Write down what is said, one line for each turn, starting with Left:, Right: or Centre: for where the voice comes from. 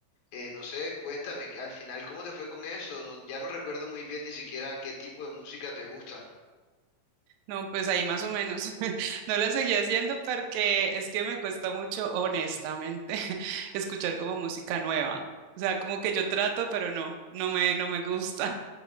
Left: Eh, no sé, cuéntame, que al final, ¿cómo te fue con eso? No- ya no recuerdo muy bien ni siquiera qué tipo de música te gusta.
Right: No, pues ahí más o menos. <laughs> No la seguí haciendo porque es que me cuesta mucho, honestamente, <laughs> escuchar como música nueva. O sea, como que yo trato, pero no, no me, no me gusta.